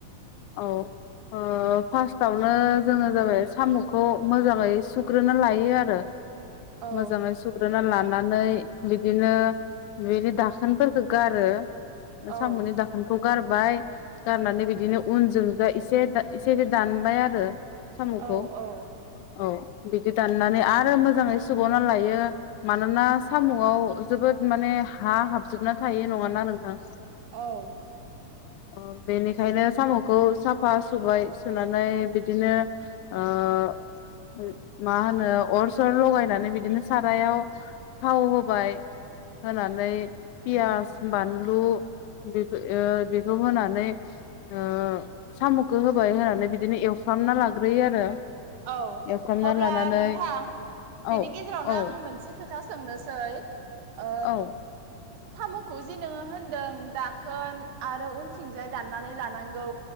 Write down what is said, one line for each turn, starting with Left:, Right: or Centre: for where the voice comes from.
Left: औ। ओ फार्स्टावनो जोङो जाबाय साम'खौ मोजाङै सुग्रोनो लायो आरो।
Right: औ
Left: मोजाङै सुग्रोना ला नानै बिदिनो बेनि दाखोनफोरखो गारो।
Right: औ
Left: साम'नि दाखोनखौ गार बाय गारनानै बिदिनो उनजों जा एसे इसे ए दानबाय आरो। साम'खौ
Right: औ औ
Left: औ। बिदि दाननानै आरो मोजाङै सुबावना लायो मानोना साम'आव जोबोद माने हा हाबजोबना थायो नङाना नोंथां?
Right: औ।
Left: अ बेनिखायनो साम'खौ साफा सुबाय सुनानै बिदिनो ओ मा होनो अर सर लगायनानै बिदिनो सारायाव थाव होबाय होनानै पियास बानलु बे बेखौ होनानै ओ साम'खो होबाय होनानै बिदिनो एवफ्रामना लाग्रोयो आरो।
Right: औ
Left: एवफ्रामना
Right: अब्ला
Left: लानानै
Right: नोंथां
Left: औ
Right: बेनि गेजेरावनो
Left: औ
Right: आं मोनसे खोथा सोंनोसै ओ
Left: औ।
Right: साम'खौ जे नोङो होनदों दाखोन आरो उनथिंजाय दाननानै लानांगौ